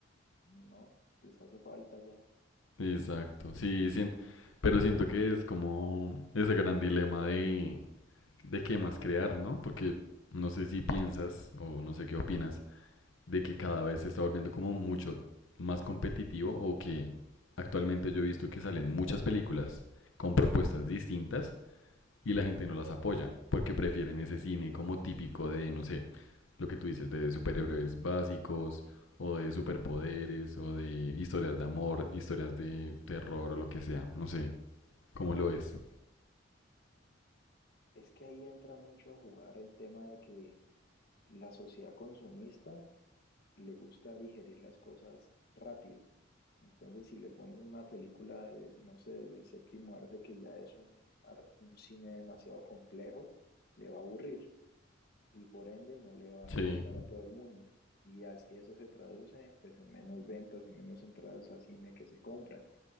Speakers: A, on the left; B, on the left.
A: no, les hace falta ya.
B: exacto, sí, siento, pero siento que es como ese gran dilema de de qué más crear, ¿no? Porque no sé si piensas o no sé qué opinas de que cada vez se está volviendo como mucho más competitivo o que actualmente yo he visto que salen muchas películas con propuestas distintas y la gente no las apoya porque prefieren ese cine como típico de, no sé, lo que tú dices de superhéroes básicos o de superpoderes o de historias de amor, historias de terror o lo que sea, no sé, cómo lo es.
A: Es que ahí entra mucho a jugar el tema de que la sociedad consumista le gusta digerir las cosas rápido. Entonces, si le pones una película de, no sé, del séptimo arte, que ya es un, ar- un cine demasiado complejo, le va a aburrir y por ende no le va
B: Sí,
A: a gustar a todo el mundo. Y así eso se traduce pues en menos ventas, en menos entradas a cine que se compran.